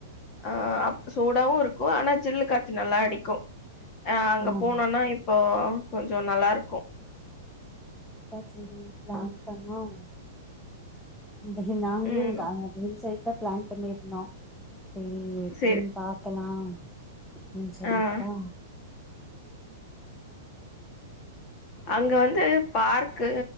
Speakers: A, on the left; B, in the centre.
A: ஆ சூடாவும் இருக்கு ஆனா சில்லு காத்து நல்லா அடிக்கும் ஆ அங்க
B: ம்
A: போனோனா இப்போ கொஞ்சு நல்லா இருக்கு
B: அதா செரி பிளான் பண்ணோம் இந்த இ நாங்களு
A: ம்.
B: இந்த இல் சைடு தா பிளான் பண்ணியிருந்தோ சரி எப்படின்னு
A: சரி.
B: பாக்கலா அப்டின் சொல்லிட்தா
A: ஆ. அங்க வந்து பார்க்கு